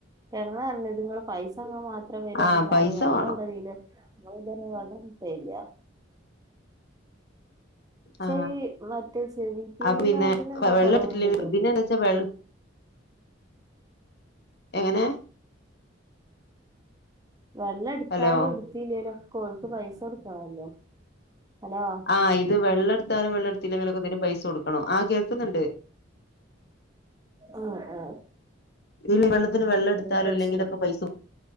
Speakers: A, on the right; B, on the left.
A: ഞങ്ങഞ്ഞങ്ങൾ പൈസങ്ങ മാത് ത്രം വരന്നല്ലാതെ
B: ആഹ് പൈസ
A: വെള്ളോടലില്ല
B: വേണം
A: ബ്ടെതരേ വള്ളം കിട്ടലില്ല. പക്ഷെ
B: ആ
A: ഈ മറ്റേ സി ബി പി
B: അപ്പൊ
A: എൽ
B: പിന്നെ
A: കാർഡിന് എന്തോ
B: വെള്ളിട്ടില്ലെങ്കി
A: കൊറവുണ്ട് തോന്നുന്നു
B: പിന്നെ ച്ചാ വെൾ എങ്ങനെ
A: വെള്ളം ഇട്ത്താലും
B: ഹലോ
A: ഇടുത്തില്ലേലും ഓൽക്ക് പൈസ കൊടുക്കണല്ലോ അലോ.
B: ആ ഇത് വെള്ളട്ത്താലും വെള്ളെട്ത്തില്ലെങ്കിലൊക്കെ ഇതിന് പൈസ കൊടുക്കണം ആ കേക്കുന്നുണ്ട്.
A: ആ ആ.
B: ആ വെള്ളത്തിന് വെള്ളം എട്ത്താലും
A: പ്രശ്നം
B: ഇല്ലെങ്കിലൊക്കെ പൈസ